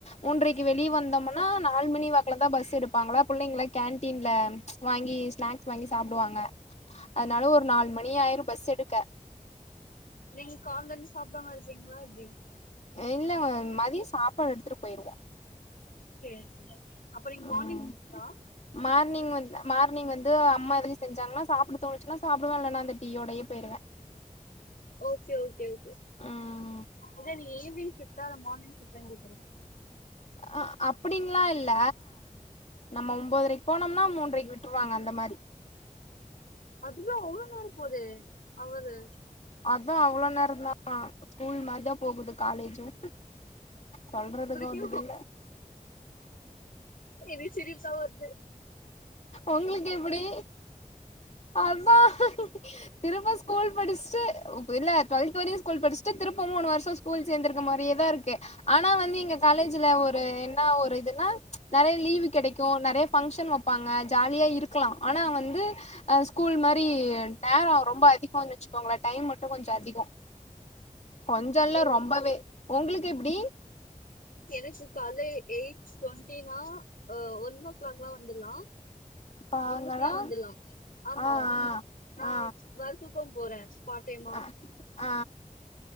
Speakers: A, on the left; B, on the left.
A: மூன்றைக்கு வெளிய வந்தோம்னா நாலு மணி வாக்குல தா பஸ் எடுப்பாங்களா புள்ளைங்களா கேன்டீன்ல வாங்கி ஸ்நாக்ஸ் வாங்கி சாப்டுவாங்க அதனால ஒரு நாலு மணி ஆயிரு பஸ் எடுக் க
B: நீங்க கால்லருந்து சாப்டாம இருப்பீங்களா எப்டி
A: இல்ல மதிய சாப்பாடு எடுத்துட்டு போயிருவோம்
B: சேர் சேர் அப்ப நீங்க மார்னிங்
A: ம்
B: ஷிப்டா
A: மார்னிங் வந் மார்னிங் வந்து அம்மா எதும் செஞ்சாங்கன்னா சாப்ட தோணுச்சுன்னா சாப்டுவேன் இல்லனா அந்த டீ யோடயே போயிருவேன்
B: ஓகே ஓகே ஓகே
A: ம்
B: இல்ல நீங்க ஈவ்னிங் ஷிப்டா அல்ல மார்னிங் ஷிப்டான் கேக்றேன்
A: அ அப்டினுலாம் இல்ல நம்ம ஒன்பதரைக்கு போனோம்னா மூன்றரைக்கு விட்ருவாங்க அந்த மாரி
B: அதுவே அவ்ளோ நேரம் போதே அவரு
A: அதான் அவ்ளோ நேரம் தான் ஸ்கூல் மாரிதான் போகுது காலேஜும் சொல்றதுக்கு
B: உங்களுக்கே
A: ஒந்து துல்ல
B: எனக் சிரிப்தா வர்து
A: உங்களுக்கு எப்டி அதா திரும்ப ஸ்கூல் படிச் சு இல்ல டூவல்த் வரயும் ஸ்கூல் படிச்சுட்டு திருப்ப மூணு வருஷம் ஸ்கூல் சேந்துருக்க மாரியேதான் இருக்கு ஆனா வந்து எங்க காலேஜ்ல ஒரு என்ன ஒரு இதுன்னா நெறய லீவு கெடைக்கும் நெறய பங்க்ஷன் வப்பாங்க ஜாலியா இருக்கலாம் ஆனா வந்து ஹ ஸ்கூல் மாரி நேரம் ரொம்ப அதிகன் வச்சுக்கோங்களேன் டைம் மட்டு கொஞ்ச அதிகம் கொஞ்சல்லா
B: ஓ
A: ரொம்பவே உங்களுக் எப்டி
B: எனக்கு காலேஜ் எயிட் டுவெண்ட்டினா அ ஒன் ஓ கிளாக்லா வந்துலாம்
A: பாங்களா
B: ஒன்னுக்குல்லா வந்துலா ஆமா
A: ஆ
B: நா
A: ஆ
B: வர்க்கும் போறேன் பார் டைமா
A: ஆ ஆ ஆ